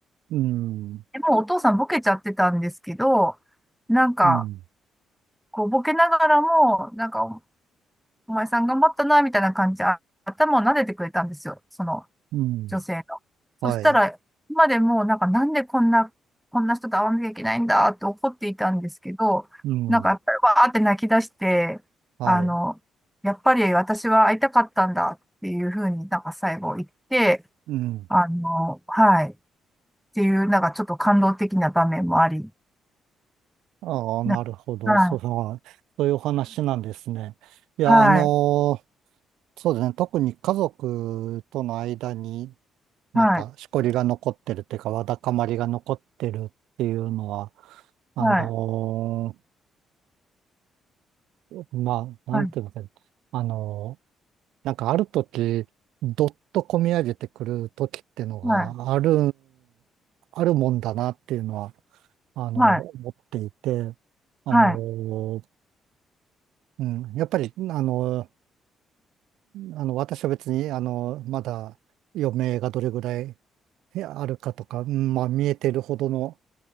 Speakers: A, on the right; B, in the centre.
A: うん。
B: でもうお父さんボケちゃってたんですけど、なんか、
A: うん。
B: こうボケながらも、なんかお、お前さん頑張ったな、みたいな感じで、あ頭を撫でてくれたんですよ。その、
A: うん。
B: 女性の。
A: はい。
B: そしたら、今までもなんかなんでこんな、こんな人と会わなきゃいけないんだって怒っていたんですけど、
A: うん。
B: なんかやっぱりわーって泣き出して、
A: はい。
B: あの、やっぱり私は会いたかったんだっていうふうになんか最後言って、
A: うん。
B: あの、はい、っていうなんかちょっと感動的な場面もあり、
A: ああ、なるほど。
B: なんか
A: そう、そういうお話なんですね。いや、
B: はい、
A: あのそうですね。特に家族との間になんかしこりが残ってるっていうか、
B: はい、
A: わだかまりが残ってるっていうのは、あの
B: はい、
A: まあ、なんていうのか、
B: はい、
A: あのなんかある時、どっとこみ上げてくる時っていうのがある、
B: はい、
A: あるもんだなっていうのは、あの思っていて、
B: はい、
A: あの
B: はい、
A: うん、やっぱり、あの、あの、私は別に、あの、まだ余命がどれぐらいえあるかとか、うんまあ、見えてるほどの